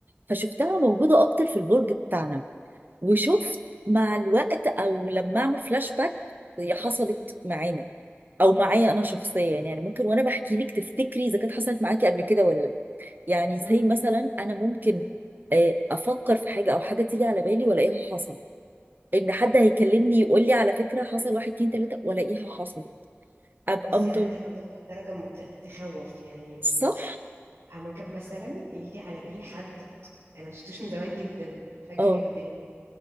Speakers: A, on the right; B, on the right.
A: فشفتها موجودة اكتر في البرج بتاعنا وشفت مع الوقت او لما اعمل فلاش باك هي حصلت معانا او معايا انا شخصيا يعني ممكن وانا بحكي لك تفتكري اذا كانت حصلت معاكي قبل كده ولا لا يعني
B: امم
A: زي مثلا انا ممكن آه، افكر في حاجه او حاجه تيجي على بالي والاقيها حصلت ان حد هيكلمني يقول لي على فكره حصل واحد اتنين تلاته والاقيها حصلت ابقى
B: بس
A: مطب
B: انا عندي الموضوع ده لدرجه مت- تخوف يعني
A: صح
B: أنا ممكن مثلا يجي على بالي حد انا ما شفتوش من زمان جدا فجاه
A: اه
B: الاقيه قدامي